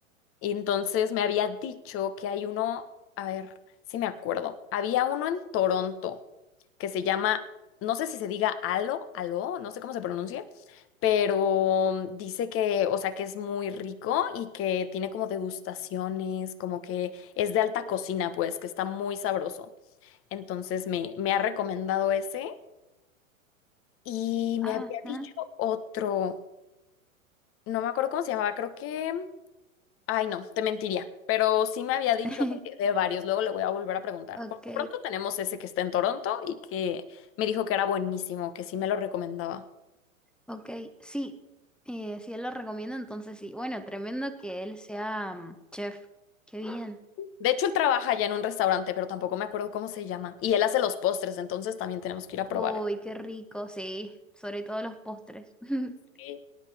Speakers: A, on the left; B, in the centre.
A: Y entonces me había dicho que hay uno, a ver, si me acuerdo, había uno en Toronto que se llama, no sé si se diga Alo, Alo, no sé cómo se pronuncia, pero dice que, o sea, que es muy rico y que tiene como degustaciones, como que es de alta cocina, pues, que está muy sabroso. Entonces me, me ha recomendado ese. Y me
B: Ah,
A: había dicho
B: ah,
A: otro, no me acuerdo cómo se llamaba, creo que, ay no, te mentiría, pero sí me había
B: este,
A: dicho de, de varios, luego le voy a volver a preguntar.
B: <laughs> ok,
A: Por lo pronto tenemos ese que está en Toronto y que me dijo que era buenísimo, que sí me lo recomendaba.
B: ok, sí, eh, si él lo recomienda, entonces sí. Bueno, tremendo que él sea mm, chef, qué bien.
A: De hecho, él trabaja ya en un restaurante, pero tampoco me acuerdo cómo se llama. Y él hace los postres, entonces también tenemos que ir a probar.
B: Uy, qué rico, sí, sobre todo los postres. <laughs>
A: Sí.